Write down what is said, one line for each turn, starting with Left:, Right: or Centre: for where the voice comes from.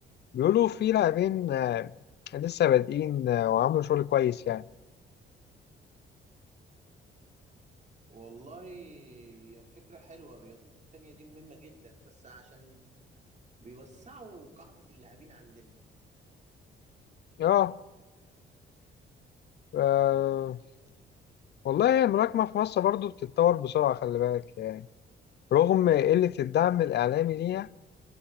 Left: بيقولوا في لاعبين آه، لسه بادئين آه، وعملوا شغل كويس يعني
Right: والله هي الفكرة حلوة الرياضات التانية دي مهمة جدا بس عشان بيوسعوا قاعدة اللاعبين عندنا
Left: اه آه، والله الملاكمة في مصر برضو بتتطور بسرعة خلي بالك رغم قلة الدعم الإعلامي ليها